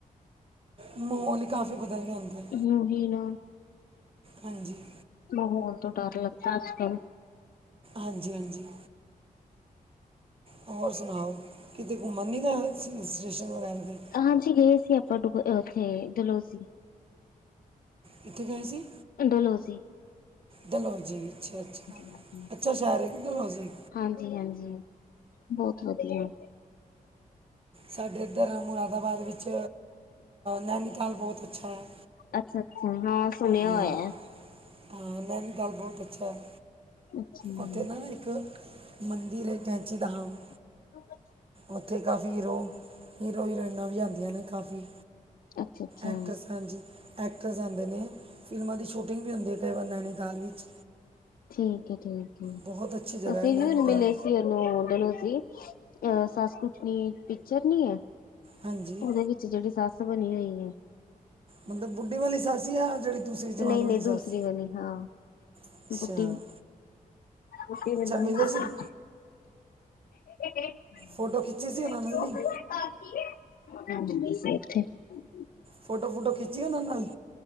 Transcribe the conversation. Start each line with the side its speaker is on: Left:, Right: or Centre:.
Right: ਮਾਹੌਲ ਹੀ ਕਾਫੀ ਬਦਲ ਜਾਂਦਾ ਹੈ।
Left: ਯੂਈ ਨਾ
Right: ਹਾਂਜੀ
Left: ਮਾਹੌਲ ਤੋਂ ਡਰ ਲੱਗਦਾ ਅੱਜ ਕੱਲ
Right: ਹਾਂਜੀ ਹਾਂਜੀ ਹੋਰ ਸੁਣਾਓ ਕਿਤੇ ਘੁੰਮਣ ਨਹੀਂ ਜਾਣਾ ਤੁਸੀਂ ਹੀਲ ਸਟੇਸ਼ਨ ਵਗੈਰਾ 'ਤੇ
Left: ਹਾਂਜੀ ਗਏ ਸੀ ਆਪਾਂ ਉੱਥੇ ਦਲੋਜੀ।
Right: ਕਿੱਥੇ ਗਏ ਸੀ।
Left: ਡਲੋਜੀ।
Right: ਡਲੋਜੀ ਅੱਛਾ ਅੱਛਾ
Left: ਹਾਂਜੀ
Right: ਅੱਛਾ ਅੱਛਾ ਰਿਗ ਡਲੋਜੀ।
Left: ਹਾਂਜੀ ਹਾਂਜੀ ਬਹੁਤ ਵਧੀਆ।
Right: ਸਾਡੇ ਇੱਧਰ ਮੁਰਾਦਾਬਾਦ ਵਿੱਚ ਨੈਨੀਤਾਲ ਬਹੁਤ ਅੱਛਾ ਹੈ।
Left: ਅੱਛਾ ਅੱਛਾ ਹਾਂ ਸੁਣਿਆ
Right: ਹਾਂ
Left: ਹੋਇਆ।
Right: ਹਾਂ ਨੈਨੀਤਾਲ ਬਹੁਤ ਅੱਛਾ ਹੈ।
Left: ਅੱਛਾ
Right: ਉੱਥੇ ਨਾ ਇੱਕ ਮੰਦਿਰ ਹੈ, ਕੈਂਚੀ ਧਾਮ।
Left: <unintelligible>
Right: ਉੱਥੇ ਕਾਫੀ ਹੀਰੋ ਹੀਰੋ ਹੀਰੋਇਨਾਂ ਵੀ ਆਉਂਦੀਆਂ ਨੇ ਕਾਫੀ।
Left: ਅੱਛਾ ਅੱਛਾ।
Right: ਐਕਟਰਸ ਹਾਂਜੀ ਐਕਟਰਸ ਆਉਦੇ ਨੇ ਫਿਲਮਾਂ ਦੀ ਛੋ ਛੁਟਿੰਗ ਵੀ ਹੁੰਦੀ ਕਈ ਬੰਦਿਆਂ ਦੀ ਨੈਨੀਤਾਲ ਵਿੱਚ।
Left: ਠੀਕ ਹੈ ਠੀਕ ਹੈ
Right: ਬਹੁਤ ਅੱਛੀ ਜਗ੍ਹਾ
Left: ਅਸੀਂ
Right: ਹੈ ਨੈਨੀਤਾਲ
Left: ਵੀ ਹਣ ਮਿਲੇ ਸੀ। ਡਲੋਜੀ ਅਹ ਸੱਸ ਕੁਟਨੀ ਇੱਜਤ ਨਹੀਂ ਹੈ।
Right: ਹਾਂਜੀ
Left: ਉਨੇ ਨੀ ਜਿਹੜੀ ਸੱਸ ਬਣੀ ਹੋਈ ਹੈ।
Right: ਮਤਲਬ ਬੁੱਢੀ ਵਾਲੀ ਸੱਸ ਜਾ ਜਿਹੜੀ। ਦੂਸਰੀ ਜਵਾਨ
Left: ਨਹੀਂ
Right: ਵਾਲੀ
Left: ਨਹੀਂ
Right: ਸੱਸ
Left: ਦੂਸਰੀ ਵਾਲੀ ਹਾਂ
Right: ਅੱਛਾ
Left: ਬੱਢੀ। ਬੁੱਢੀ
Right: ਅੱਛਾ
Left: ਮੈਨੂੰ
Right: ਮਿਲੇ
Left: ਤੂੰ
Right: ਸੀ
Left: ਸੂਝੇ। <unintelligible>
Right: ਫੋਟੋ ਖਿੱਚੀ
Left: ਹਾਂਜੀ
Right: ਸੀ ਉਹਨਾਂ ਨਾਲ ਨਹੀਂ
Left: ਤੁਸੀਂ ਇੱਥੇ
Right: ਫੋਟੋ ਫੋਟੋ ਖਿੱਚੀ ਉਹਨਾਂ ਨਾਲ